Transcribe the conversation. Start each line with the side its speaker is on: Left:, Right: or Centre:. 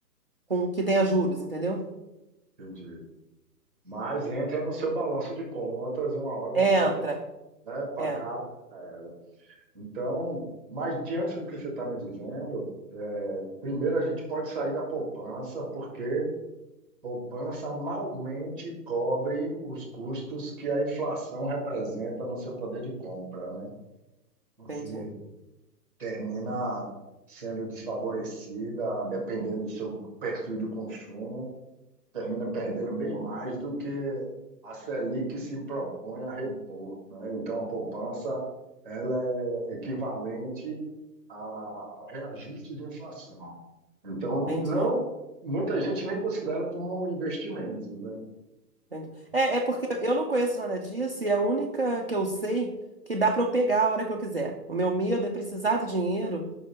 Right: com que tenha juros, entendeu?
Centre: entendi. Mas entra no seu balanço de contas, uma hora
Right: Entra.
Centre: você vai ter que, né, pagar
Right: É,
Centre: para ela. Então, mas diante do que você está me dizendo, é, primeiro a gente pode sair da poupança, porque Poupança malmente cobre os custos que a inflação representa no seu poder de compra, né? Você
Right: entendi.
Centre: termina sendo desfavorecida, dependendo do seu perfil de consumo, termina perdendo bem mais do que a Selic se propõe a repor, né? Então a poupança ela é equivalente a a reajuste de inflação. Então,
Right: Entendi.
Centre: não muita gente nem considera como investimentos, né?
Right: Entendi. É, é porque eu não conheço nada disso e é a única que eu sei que dá pra eu pegar a hora que eu quiser. O meu medo é precisar do dinheiro